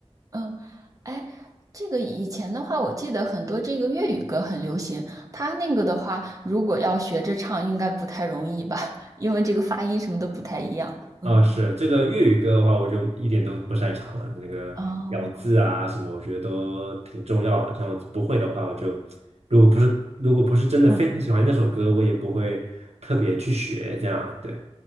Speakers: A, on the right (about 35°); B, on the right (about 85°).
A: 嗯，哎，这个以前的话，我记得很多这个粤语歌很流行，它那个的话，如果要学着唱，应该不太容易吧，<laughs> 因为这个发音什么都不太一样。
B: 啊，
A: 嗯，
B: 是这个粤语歌的话，我就一点都不擅长了。那个咬字啊什么，
A: 哦，
B: 我觉得都挺重要的。像我不会的话，我就如果不是如果不是真的非常喜欢那首歌，
A: 嗯，
B: 我也不会特别去学。这样，对，